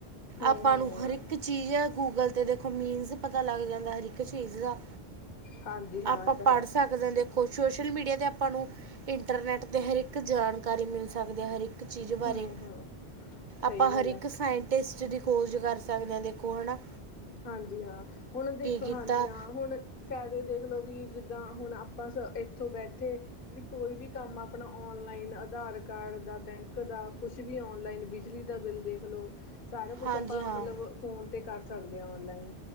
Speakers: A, on the left; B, on the right.
A: ਹੂੰ
B: ਆਪਾਂ
A: ਹੂੰ
B: ਨੂੰ ਹਰ ਇੱਕ ਚੀਜ਼ ਗੂਗਲ ਤੇ ਦੇਖੋ ਮੀਨਸ ਪਤਾ ਲੱਗ ਜਾਂਦਾ ਹਰ ਇੱਕ ਚੀਜ਼ ਦਾ।
A: ਹਾਂਜੀ ਹਾਂ
B: ਆਪਾਂ
A: ਇਹ ਤਾਂ
B: ਪੜ੍ਹ
A: ਹੈ
B: ਸਕਦੇ ਹਾ। ਦੇਖੋ ਖ ਸ਼ੋਸ਼ਲ ਮੀਡੀਆ 'ਤੇ ਆਪਾਂ ਨੂੰ ਇੰਟਰਨੈੱਟ 'ਤੇ ਹਰ ਇੱਕ ਜਾਣਕਾਰੀ ਮਿਲ ਸਕਦੀ ਹੈ ਹਰ ਇੱਕ। ਹਰ ਇਕ ਚੀਜ਼ ਬਾਰੇ।
A: ਹੂੰ ਹੂੰ ਸਹੀ
B: ਆਪਾਂ
A: ਗੱਲ
B: ਹਰ ਇੱਕ
A: ਹੈ
B: ਸਾਇਡ ਟੈਸਟ ਦੀ ਖੋਜ ਕਰ ਸਕਦੇ ਹਾਂ ਦੇਖੋ ਹੈਨਾ।
A: ਹਾਂਜੀ ਹਾਂ। ਹੁਣ ਦੇਖੋ
B: ਕੀਤਾ
A: ਹਾਂਜੀ ਹਾਂ। ਹੁਣ ਫਾਇਦੇ ਦੇਖ ਲਓ ਵੀ ਜਿੱਦਾਂ ਹੁਣ ਆਪਾਂ ਸ ਇੱਥੋਂ ਬੈਠੇ ਵੀ ਕੋਈ ਵੀ ਕੰਮ ਆਪਣਾ ਔਨਲਾਈਨ ਆਧਾਰ ਕਾਰਡ ਦਾ, ਬੈਂਕ ਦਾ ਕੁਛ ਵੀ ਔਨਲਾਈਨ ਬ ਬਿਜਲੀ ਦਾ ਬਿੱਲ ਦੇਖ ਲਓ, ਸਾਰਾ ਕੁਛ
B: ਹਾਂਜੀ
A: ਆਪਾਂ
B: ਹਾਂ
A: ਮਤਲਬ ਫੋਨ ਤੇ ਕਰ ਸਕਦੇ ਹਾਂ ਔਨਲਾਈਨ।